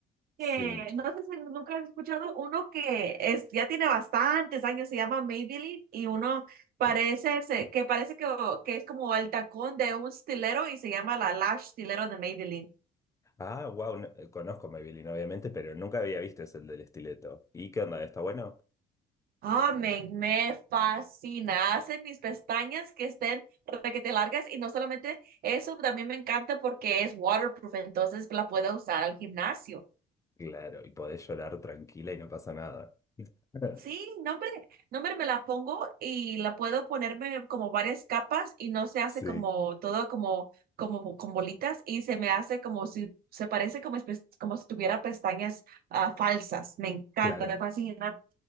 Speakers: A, on the left (about 20°); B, on the right (about 60°).
A: Sí,
B: que no sé si nunca has escuchado uno que es, ya tiene bastantes años, se llama Maybelline y uno parece
A: sí.
B: se- que parece que, que es como el tacón de un stilero y se llama la lash stilero de Maybelline.
A: Ah, wow, conozco Maybelline, obviamente, pero nunca había visto ese del estileto. ¿Y qué onda? ¿Está bueno?
B: Ah, me, me fascina. Hace mis pestañas que estén requete largas y no solamente eso, también me encanta porque es waterproof, entonces la puedo usar al gimnasio.
A: Claro, y podés llorar tranquila y no pasa nada. <laughs>
B: Sí, no, hombre, no, hombre, me la pongo y la puedo ponerme como varias capas y no se hace
A: Sí,
B: como todo como, como bo- con bolitas y se me hace como si, se parece como, espe- como si tuviera pestañas ah, falsas. Me encanta,
A: claro.
B: me fascina.